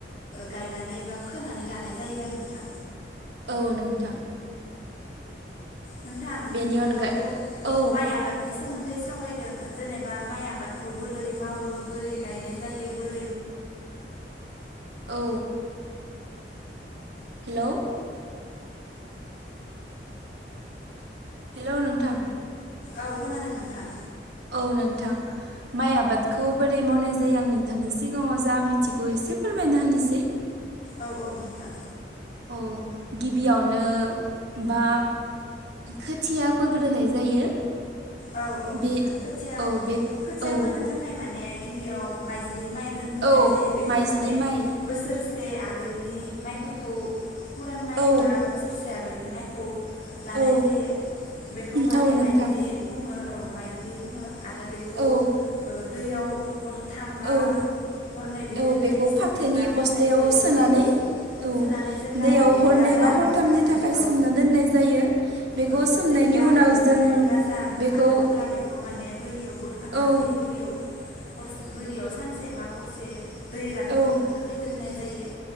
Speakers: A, on the left; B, on the right.
A: गायनानै बा फोनानै लानाय जायो आरो नोंथां
B: औ नोंथां
A: नोंथां नोंथाङाथ'
B: बेनि अनगा औ
A: माइ आबादनि सोमोन्दै सावरायदों जेनेबा माइ आबादखौ बोरै मावो बोरै गायनाय जायो बोरै माव
B: औ हेलौ हेलौ नोंथां
A: औ खोनादों नोंथां
B: औ नोंथां माइ आबादखौ बोरै मावनाय जायो आं नोंथांनि सिगाङाव जा मिथिगौ एसे फोरमाय <unintelligible> निसै
A: औ औ नोंथां
B: औ गिबियावनो बा खोथिया फोग्रोनाय जायो
A: औ औ
B: बे
A: नोंथां खोथिया
B: औ बे
A: खोथिया
B: औ
A: फोनो थाखाय माने गिबियाव माइ लि माइ दोनग्रोनाय
B: औ
A: जायो बेखौ
B: माइज्लि
A: माने
B: माइ
A: बोसोरसे आगोलनि माइफोरखौ फुरान माइ
B: औ
A: एबा बोसोरसे आगोलनि माइखौ लानाय
B: औ
A: जायो बेखौ माने
B: औ नोंथां
A: माइग्लि बुङो औ माइग्लि बुङो आरो बेखौ
B: औ
A: दैयाव हरथामबा
B: औ
A: हरनै बेफोरबायदि
B: औ बेखौ
A: सोमग्रोना
B: फाथोनि
A: दोननाय
B: बस्थायाव
A: जायो
B: सोनानै
A: औ औ
B: औ
A: सोनानै जेब्ला
B: दैयाव
A: बियो
B: हरनै
A: गाजा
B: बा हरथामनि
A: ओंखारो
B: थाखाय
A: औ
B: सोमना दोननाय जायो बेखौ
A: औ
B: सोमनाय
A: जेब्ला
B: बेनि उनाव
A: बेयो
B: जों
A: गाजा ओंखारो
B: बेखौ
A: अब्ला बेखौ माने बोरियाव बोखांनानै
B: औ
A: बोरियाव हरसे बोरियाव सानसे बा हरसे दै रानखांनो
B: औ
A: थाखाय दोननाय जायो